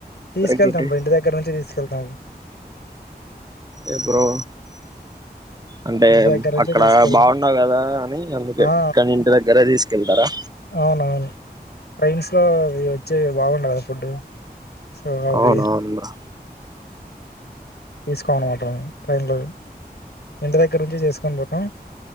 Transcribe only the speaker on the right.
తగ్గిటి
ఎ బ్రో అంటే
అక్కడ
బాగుండవు కదా అని అందుకే
ఇక్కన్నే ఇంటి దగ్గరే తీసుకెళ్తారా
అవునవును బ్రో